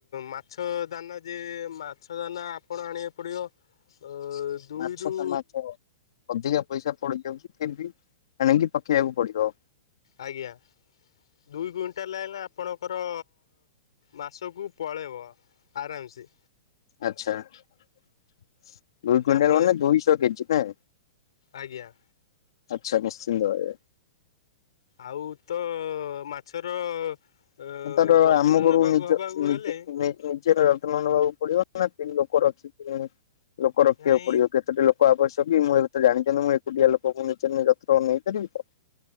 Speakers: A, on the left; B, on the left.
A: ମାଛ ଦାନା ଯେ ମାଛ ଦାନା ଆପଣ ଆଣିବାକୁ ପଡିବ। ଅ ଦୁଇରୁ
B: ମାଛ ଦାନା ତ ଅଧିକା ପଇସା ପଡିଯାଉଛି ଫିର ବି ଆଣିକି ପକେଇବାକୁ ପଡିବ।
A: ଆଜ୍ଞା ଦୁଇ କୁଇଣ୍ଟାଲ ହେଲେ ଆପଣଙ୍କର ମାସକୁ ପଳେଇବ ଆରାମସେ।
B: ଆଛା ଦୁଇ
A: ଯାହାଫଳରେ
B: କୁଇଣ୍ଟାଲ ମାନେ ଦୁଇଶହ କେଜି ନା?
A: ଆଜ୍ଞା
B: ଆଚ୍ଛା ନିଶ୍ଚିନ୍ତ କରିବା।
A: ଆଉ ତ ମାଛର। ଅ
B: ତାର
A: ଯତ୍ନ
B: ଆମ ଘରୁ
A: ନେବାକୁ
B: ନିଜ
A: ହବାକୁ
B: ନିଜ
A: ହେଲେ
B: ନିଜେ <unintelligible> ପଡିବ ନା କି ଲୋକ ରଖିକି ଲୋକ ରଖିଆକୁ
A: ନାଇଁ
B: ପଡିବ କେତୋଟି ଲୋକ ଆବଶ୍ୟକ କି ମୁଁ ଏବେ ତ ଜାଣିି କିନ୍ତୁ ମୁଁ ଏକୁଟିଆ ଲୋକ ମୁଁ ନିଜେ <inaudible> ଯତ୍ନ ନେଇପାରିବି ତ।